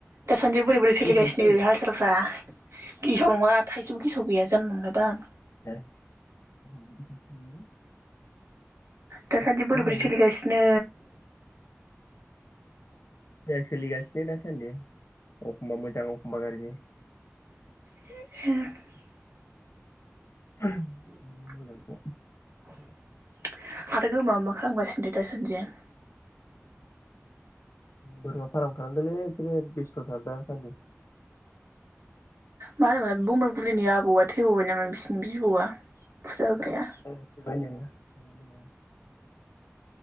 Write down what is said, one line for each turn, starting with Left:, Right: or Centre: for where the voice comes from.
Right: दासान्दि बोरै बोरै सोलिगासिनो
Left: गेसावसो जायो
Right: हाल सालफ्रा गिसाव नङा थाइसेबो गेसाव गैया जानबा <inaudible>
Left: <inaudible>
Right: दासान्दि
Left: मा
Right: बोरै
Left: होनोमोन
Right: बोरै सोलिगासिनो?
Left: मोजां लिगासिनो दासान्दि। अखमबा मोजां अखमबा गारजि
Right: <unintelligible>
Left: <unintelligible>
Right: <inaudible>
Left: <unintelligible>
Right: <unintelligible> मा खालामगासिनो दासानदिया
Left: बोरमा फार्म खालामदोलै बिसोरो बेस्थथार दासान्दि।
Right: मा होनो <unintelligible> बुरैनि आबौआ थैबावबाय नामा बिसिनि बिबौआ?
Left: <unintelligible>
Right: होग्राया
Left: <inaudible>